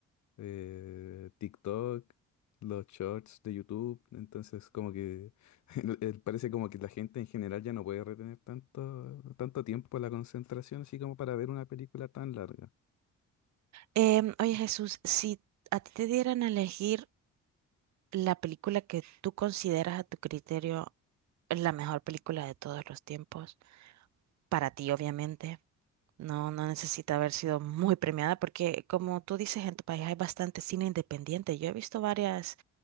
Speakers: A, on the left; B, on the right.
A: eh, TikTok, los shorts de YouTube. Entonces, como que <laughs> eh, parece como que la gente en general ya no puede retener tanto, tanto tiempo la concentración, así como para ver una película tan larga.
B: Em, oye, Jesús, si a ti te dieran a elegir la película que tú consideras a tu criterio la mejor película de todos los tiempos, para ti, obviamente. No, no necesita haber sido muy premiada porque, como tú dices, en tu país hay bastante cine independiente. Yo he visto varias